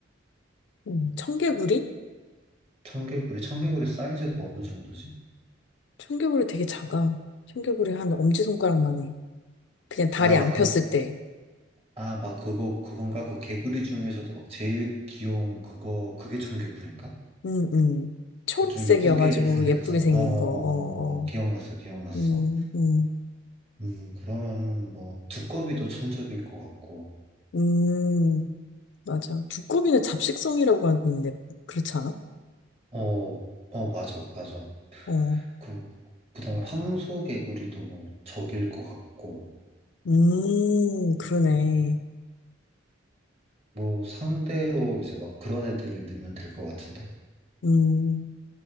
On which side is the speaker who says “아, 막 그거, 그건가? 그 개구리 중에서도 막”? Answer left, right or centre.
Right